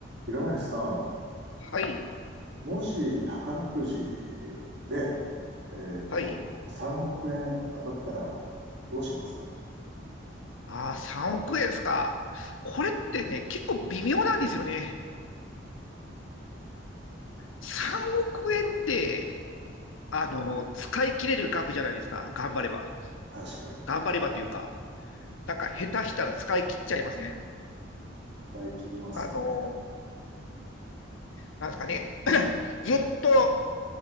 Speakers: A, on the right; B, on the left.
A: 平林さん、
B: はい、
A: もし宝くじで、えっと、
B: はい。
A: 3億円当たったらどうします
B: ああ、3億円ですか。これってね、結構微妙なんですよね。3億円って、あの、使い切れる額じゃないですか。頑張れば。
A: 確かに。
B: 頑張ればというか、なんか下手したら使い切っちゃいません
A: 使い切りますね。
B: あの、なんですかね。<clears throat> ずっと、